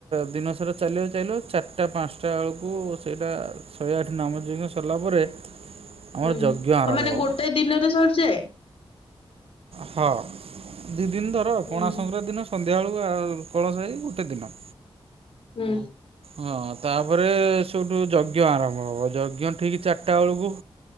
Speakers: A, on the right (about 75°); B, on the left (about 70°).
A: ଦିନସାରା ଚାଲିବ ଚାଲିବ ଚାରିଟା ପାଞ୍ଚଟା ବେଳକୁ ସେଇଟା ଶହେ ଆଠ ନାମ ଯଜ୍ଞ ସରିଲା ପରେ ଆମର
B: ହୁଁ
A: ଯଜ୍ଞ ଆରମ୍ଭ
B: କ ମାନେ
A: ହେବ
B: ଗୋଟେ ଦିନରେ ସରିଯାଏ?
A: ହଁ ଦି ଦିନି ଧର
B: ହୁଁ
A: ପଣା ସଂକ୍ରାନ୍ତିି ଦିନ ସନ୍ଧ୍ୟାବେଳୁକୁ ଆଉ ତଳସାହି ଗୋଟେ ଦିନ
B: ହୁଁ।
A: ହଁ ତାପରେ ସେଠୁ ଯଜ୍ଞ ଆରମ୍ଭ ହବ ଯଜ୍ଞ ଠିକି ଚାରିଟା ବେଳକୁ